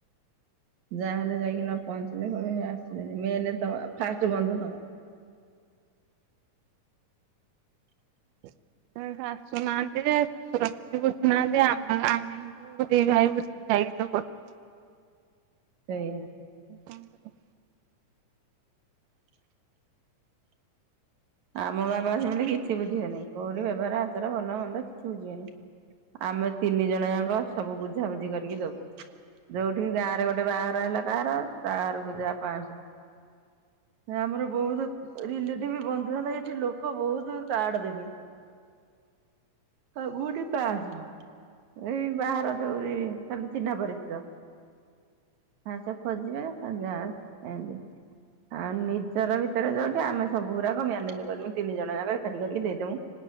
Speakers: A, on the right; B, on the right.
A: ଯାହାହଲେ ଯାଇକି ନ ପହଞ୍ଚିଲେ କହିବେ ହେଇ ଆସିଲେନି ମେନେ ଫାଷ୍ଟ ବନ୍ଧୁ ତମେ।
B: ସେ ଆଶୁ ନାହାନ୍ତି ଯେ ଶ୍ୱଶୁର କିଛି ବୁଝୁନାହାନ୍ତି ଆମ ଆମେ ଦିଭାଇ ବୁଝି ବୁଝା କି ସବୁ କରୁ।
A: ସେଇଆ।
B: କଣ କର?
A: ଆମ ବାବା ସେମିତି କିଛି ବୁଝିବେନେହିଁ କୋଉଠି ବେଭର ଆଚାର ଭଲ ମନ୍ଦ କିଛି ବୁଝିବେନେହିଁ। ଆମେ ତିନି ଜଣ ଯାକ ସବୁ ବୁଝାବୁଝି କରିକି ଦବୁ। ଯୋଉଠି ଗାଁ ରେ ଗୋଟେ ବାହାଘର ହେଲା କାହାର ତା ଘରକୁ ଯା ପାଆଁସ। ଆମର ବହୁତ ରିଲେଟିବି ବନ୍ଧୁ। ମାନେ ଏଇଠି ଲୋକ ବହୁତ କାର୍ଡ ଦେବେ। ସବୁଟି ପାରହେବ। ଏଇ ବାହାର ଯୋଉ ଏଇ ଖାଲି ଚିହ୍ନା ପରିଚିତ। ଫାଷ୍ଟେ ଖୋଜିବେ ସନ୍ଧ୍ୟା ବୋଳୁକୁ ଏମିତି। ଆଉ ନିଜର ଭିତରେ ଯୋଉଠି ଆମେ ସବୁ ଗୁରାକ ମ୍ୟା ନିଜେ କରିମୁ ତିନି ଜଣଆଙ୍କ ଏକାଠି କରିକି ଦେଇଦମୁ।